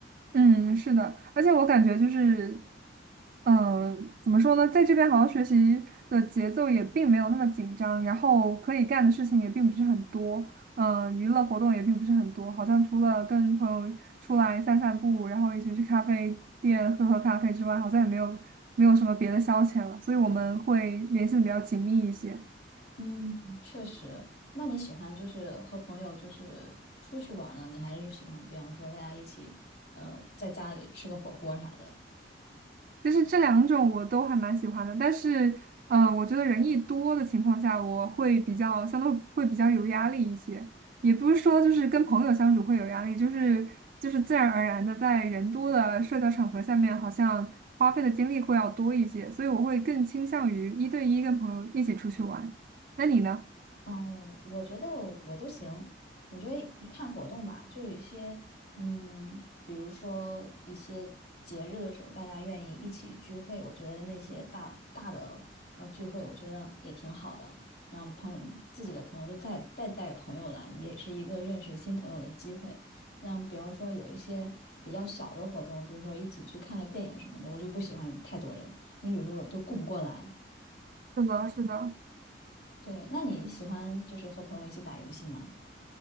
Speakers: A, on the right; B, on the left.
A: 嗯，是的，而且我感觉就是，嗯，怎么说呢，在这边好像学习的节奏也并没有那么紧张，然后可以干的事情也并不是很多，嗯，娱乐活动也并不是很多，好像除了跟朋友出来散散步，然后一起去咖啡店喝喝咖啡之外，好像也没有没有什么别的消遣了，所以我们会联系的比较紧密一些。
B: 嗯，确实。那你喜欢就是和朋友就是出去玩儿呢？你还是喜欢，比方说大家一起，呃，在家里吃个火锅啥的？
A: 其实这两种我都还蛮喜欢的，但是，嗯、呃我觉得人一多的情况下，我会比较相对会比较有压力一些。也不是说就是跟朋友相处会有压力，就是就是自然而然的在人多的社交场合下面，好像花费的精力会要多一些，所以我会更倾向于一对一跟朋友一起出去玩。那你呢？
B: 哦，我觉得我都行。我觉得一看活动吧，就有一些，嗯，比如说一些节日的时候，大家愿意一起聚会，我觉得那些大大的呃聚会，我觉得也挺好的。让朋自己的朋友都带带带朋友来，也是一个认识新朋友的机会。那比如说有一些比较小的活动，比如说一起去看个电影什么的，我就不喜欢太多人，因为有时候都顾不过来。
A: 是的，是的，
B: 对，那你喜欢就是和朋友一起打游戏吗？